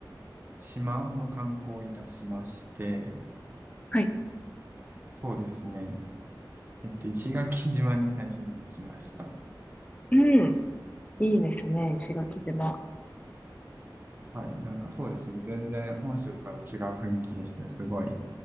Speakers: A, on the right; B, on the left.
A: 島の観光をいたしまして、
B: はい。
A: そうですね。えっと、石垣島に最初に行きました。
B: うんいいですね、石垣島。
A: はい、なんかそうですね。全然本州とかと違う雰囲気でして、すごい、